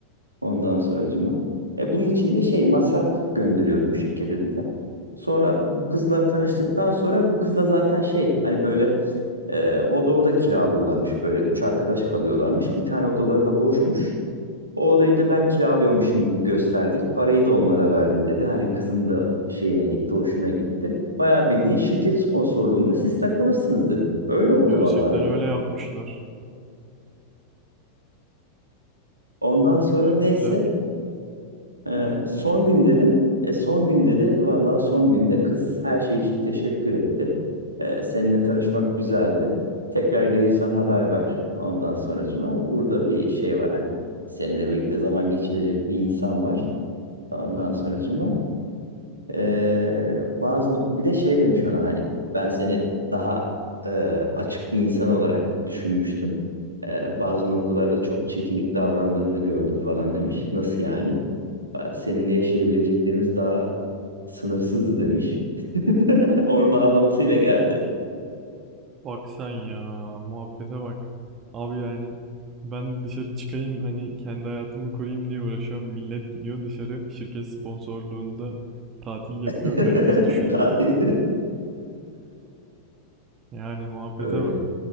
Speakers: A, on the right; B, on the right.
A: Ondan sonracıma. E bunun için de şey masraf gönderiyordum şirkete dedi. Sonra bu kızla tanıştıktan sonra bu kızla zaten şey hani böyle e, oda oda kiralıyorlarmış böyle üç arkadaş kalıyorlarmış. Bir tane odaları da boşmuş. O odayı da ben kiralıyormuşum gibi gösterdik. Parayı da onlara verdim dedi. Hani kızın da şeyine gitti, hoşuna gitti. Bayağı bildiğin şirket sponsorluğunda siz takılmışsınız dedim. Öyle oldu
B: Gerçekten
A: vallahi dedi.
B: öyle yapmışlar.
A: Ondan sonra
B: Gü-
A: neyse
B: Güzel.
A: e, son gün dedim. E, son gün dedi. Vallahi son günde kız her şey için teşekkür etti. E, seninle tanışmak güzeldi. Tekrar gelirsen haber ver. Ondan sonracıma burada bir şey var hani. Seninle birlikte zaman geçirecek bir insan var. Ondan
B: Ha.
A: sonracıma Ee, bazı no-, bir de şey demiş ona hani ben seni daha e, açık bir insan olarak düşünmüştüm. Ee, bazı noktalarda çok çekinik davrandığını gördüm falan demiş. Nasıl yani? Aa, Seninle yaşayabileceklerimiz daha sınırsızdı demiş. <laughs> Onun ağlamasıyla geldi.
B: Bak sen ya muhabbete bak. Abi yani ben dışarı çıkayım hani kendi hayatımı koruyayım diye uğraşıyorum. Millet gidiyor dışarı şirket sponsorluğunda tatil yapıyor.
A: <laughs>
B: Karı kız düşürüyor.
A: Tatil.
B: Yani muhabbete
A: <laughs> Öyle.
B: bak.